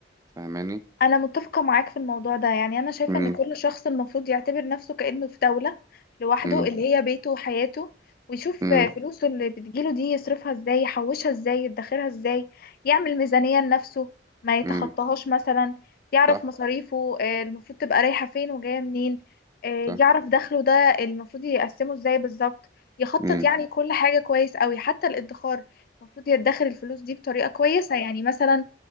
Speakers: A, on the right; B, on the left.
A: فاهماني؟
B: أنا متفقة معاك في الموضوع ده يعني أنا شايفة
A: مم،
B: إن كل شخص المفروض يعتبر نفسه كأنه في دولة لوحده
A: مم،
B: اللي هي بيته وحياته ويشوف
A: مم،
B: فلوسه اللي بتجيله دي يصرفها إزاي يحوشها إزاي يدخرها إزاي يعمل ميزانية لنفسه ما يتخطاهاش
A: مم.
B: مثلا يعرف
A: صح
B: مصاريفه آه، المفروض تبقى رايحة فين وجاية منين آه،
A: صح
B: يعرف دخله ده المفروض يقسمه إزاي بالظبط يخطط
A: مم.
B: يعني كل حاجة كويس أوي حتى الادخار المفروض يدخر الفلوس دي بطريقة كويسة يعني مثلا